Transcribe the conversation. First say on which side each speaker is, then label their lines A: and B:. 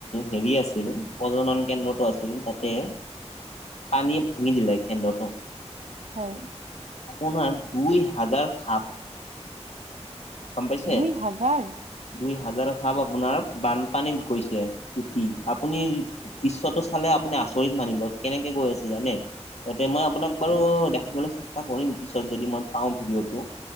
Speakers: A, on the left; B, on the right.
A: হেৰি আছিলে, প্ৰজনন কেন্দ্ৰটো আছিল তাতে পানীয়ে ভাঙি দিলে কেন্দ্ৰটো।
B: হয়।
A: আপোনাৰ দুই হাজাৰ সাপ। গম পাইছে।
B: দুই হাজাৰ
A: দুই হাজাৰ সাপ আপোনাৰ বানপানীত গৈছে উুটি আপুনি দৃশ্যটো চালে আপুনি আচৰিত মানিব কেনেকে গৈ আছে জানে! ততে মই আপোনাক বাৰু দেখাবলৈ চেষ্টা কৰিম পিছত যদি মই পাওঁ ভিডিঅ'টো।